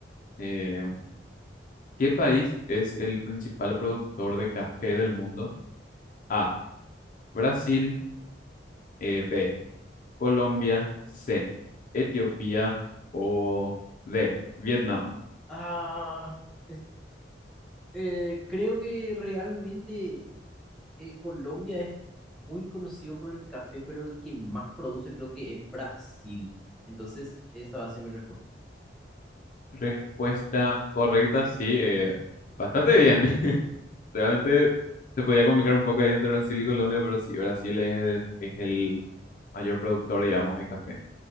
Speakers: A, on the left (about 45°); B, in the centre.
A: Eh, ¿qué país es el principal productor de café del mundo? A. Brasil. eh, B. Colombia. C. Etiopía. O D. Vietnam.
B: Ah, es- eh, creo que realmente eh, Colombia es muy conocido por el café, pero el que más produce creo que es Brasil. Entonces, esa va a ser mi respuesta.
A: Respuesta correcta, sí. eh,
B: Y- <laughs>
A: bastante bien. <laughs> Realmente se podía complicar un poco ahí entre Brasil y Colombia, pero sí, Brasil es, es el mayor productor, digamos, de café.